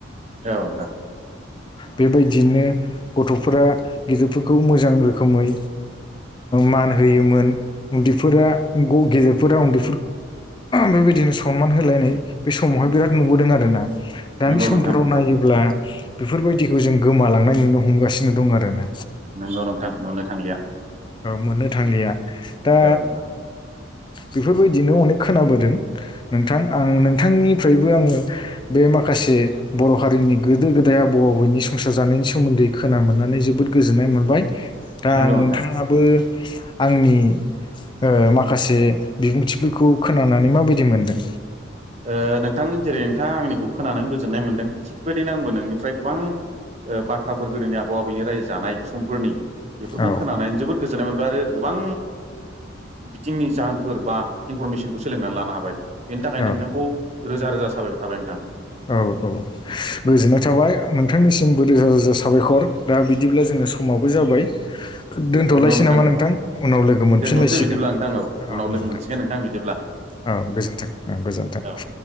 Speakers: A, on the right; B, on the left.
A: औना
B: बेबायदियैनो गथ'फोरा गेदिरफोरखौ मोजां रोखोमै मान होयोमोन उन्दैफोरा गेजेरफोरा उन्दै बेबायदिनो सनमान होलायनाय बे समावहाय बिराद नुबोदों आरोना दानि
A: नंगौ
B: समाव
A: नोंथां
B: फोराव
A: नंगौ
B: नायोब्ला बेफोरबायदिखौ जों गोमालांनाय नुनो हमगासिनो दं आरो ना।
A: नोंगौ नंथां नुनो थांलिया।
B: मोननो थांलिया दा
A: औ नोंथां
B: बेफोरबायदिनो अनेक खोनाबोदों। नोंथां आं नोंथांनिफ्रायबो आङो बे माखासे बर' हारिनि गोदो गोदाय आबौ आबौनि संसार जानायनि सोमोन्दै खोना मोननानै जोबोद गोजोननाय मोनबाय। दा
A: नंगौ
B: नोंथाङाबो
A: नोंथां
B: आंनि ओ माखासे बिबुंथिफोरखौ खोनानानै माबायदि मोनदों?
A: ओ नोंथां जेरै नोंथाङा आंनिखौ खोनानानै गोजोननाय मोनदों थिग बेबायदिनो आंबो नोंनिफ्राय गोबां बाथ्राफोर गोदोनि आबौ आबैनि रायजो जानाय समफोरनि बेफोरखौ
B: औ
A: खोनानानै जोबोद गोजोननाय मोन आरो गोबां बिथिंनि जाहोनफोर बा इनफरमेसनखौ सोलोंनानै लानो हाबाय। बेनि थाखाय
B: औ
A: नोंथांखौ रोजा रोजा साबायखर थाबाय नोंथां।
B: औ औ। गोजोननाय थाबाय नोंथांनिसिमबो रोजा रोजा साबायखर दा बिदिब्ला जोंना समाबो जाबाय। दोन्थ'लायसै
A: नोंगौ
B: नामा
A: नोंगौ
B: नोंथां उनाव लोगो मोनफिनलायसिगोन
A: दोनथ'नोसै बिदिब्ला नोंथां
B: औ
A: उनाव
B: नोंथां।
A: लोगो मोनसिगोन बिदिब्ला
B: औ गोजोन्थों औ गोजोनथों।
A: औ